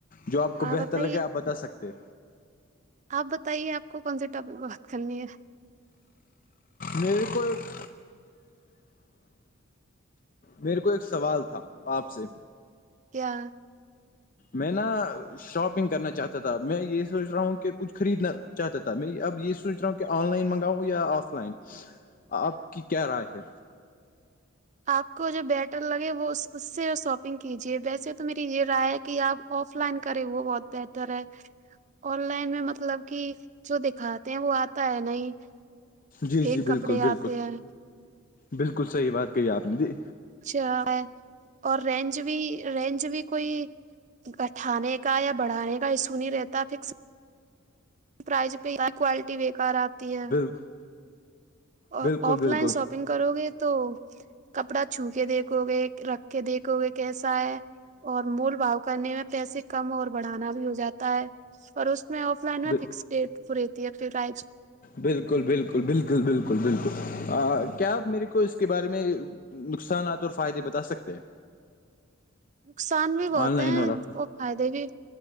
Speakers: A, on the left (about 40°); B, on the right (about 35°).
A: جو آپ کو
B: ہاں
A: بہتر
B: بتائیے
A: لگے آپ بتا سکتے
B: آپ بتائیے آپ کو کون سے ٹاپک میں بات کرنی ہے
A: میرے کو ایک میرے کو ایک سوال تھا آپ سے
B: کیا
A: میں نا شاپنگ کرنا چاہتا تھا میں یہ سوچ رہا ہوں کہ کچھ خریدنا چاہتا تھا میں اب یہ سوچ رہا ہوں کہ آن لائن منگاؤں یا آف لائن آپ کی کیا رائے ہے
B: آپ کو جو بیٹر لگے وہ اس سے شاپنگ کیجیے ویسے تو میری یہ رائے کہ آپ آف لائن کریں وہ بہت بہتر ہے آن لائن میں مطلب کہ جو دکھاتے ہیں وہ آتا ہے نہیں
A: جی
B: فیک
A: جی بالکل
B: کپڑے
A: بالکل
B: آتے ہیں
A: بالکل صحیح بات کہی ہے آپ نے ج
B: اچھا اور رینج بھی رینج بھی کوئی کٹھانے کا یا بڑھانے کا ایشو نہیں رہتا فکس پرائز پہ کوالٹی بےیکار آتی ہے
A: بالکل
B: اور
A: بالکل
B: آف
A: بالکل
B: لائن شاپنگ کرو گے تو کپڑا چھو کے دیکھو گے رکھ کے دیکھو گے کیسا ہے اور مول بھؤ کرنے میں پیسے کم اور بڑھانا بھی ہو جاتا ہے اور اس میں آف لائن
A: بالکل
B: میں فکس ڈیٹ پ رہیتی ہے پھر رائز
A: بالکل بالکل بالکل بالکل بالکل کیا آپ میرے کو اس کے بارے میں نقصانات اور فائدے بتا سکتے ہیں
B: نقصان بھی بہت
A: آن لائن
B: ہیں
A: اور آف لائن
B: وہ فائدے بھی